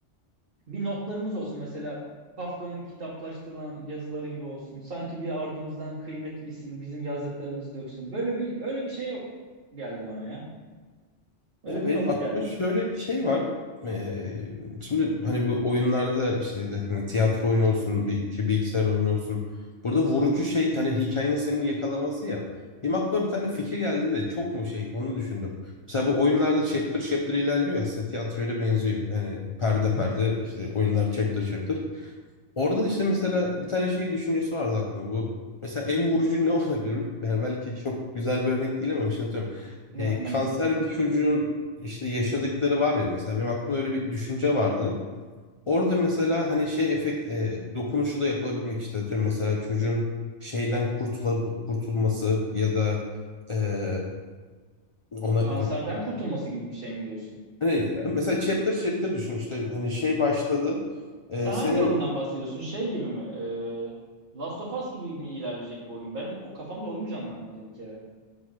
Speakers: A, on the right (about 50°); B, on the left (about 35°).
A: bir notlarımız olsun mesela Kafka'nın kitaplaştırılan yazıları gibi olsun. Sanki bir ardımızdan kıymet bilsin, bizim yazdıklarımızı döksün. Böyle bir öyle bir şey geldi bana ya. Öyle
B: Ya
A: bir
B: benim
A: kafa
B: aklımda
A: geldi.
B: şöyle bir şey var. Ee, şimdi hani bu oyunlarda işte de hani tiyatro oyunu olsun, bir şey bilgisayar oyunu olsun. Burada vurucu şey hani hikayenin seni yakalaması ya. Benim aklıma bir tane fikir geldi de çok mu şey onu düşündüm. Mesela bu oyunlarda chapter chapter ilerliyor ya, aslında tiyatroya da benziyor. Yani perde perde işte oyunlar chapter chapter. Orada da işte mesela bir tane şey düşüncesi vardı aklımda bu. Mesela en vurucu ne <laughs> olabilir? Yani belki çok güzel bir örnek değil ama işte atıyorum.
A: Ne,
B: e,
A: ne
B: kanser
A: mesela?
B: bir çocuğun işte yaşadıkları var ya mesela benim aklımda öyle bir düşünce vardı. Orada mesela hani şey efekt e, dokunuşu da yapılabilmek işte atıyorum mesela çocuğun şeyden kurtula, kurtulması ya da e, ona
A: Kanserden
B: hani,
A: kurtulması gibi bir şey mi diyorsun?
B: hani mesela chapter chapter düşün işte hani şey başladı.
A: Sen
B: E, senin
A: hangi oyundan bahsediyorsun? Şey gibi mi? Ee, Last of Us gibi mi ilerleyecek bu oyun? Benim o kafamda oyun canlanmadı bir kere.